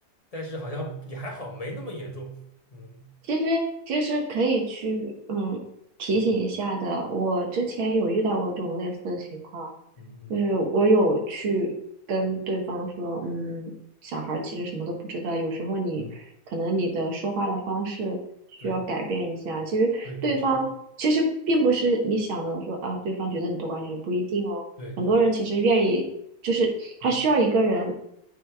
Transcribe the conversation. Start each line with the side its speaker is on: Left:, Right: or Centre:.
Left: 但是好像也还好，没那么严重。嗯
Right: 其实其实可以去嗯提醒一下的。
Left: 嗯
Right: 我之前有遇到过这种类似的情况，
Left: 嗯嗯
Right: 就是我有去跟对方说，嗯，小孩儿其实什么都不知道，有时候你可能你的说话的方式需要改变一下。
Left: 嗯，对
Right: 其实对方其实并不是你想的说啊，
Left: 对对是，
Right: 对方觉得你多管闲事，不一定哦。
Left: 对对，
Right: 很多人其实愿意，就是他需要一个人。
Left: 嗯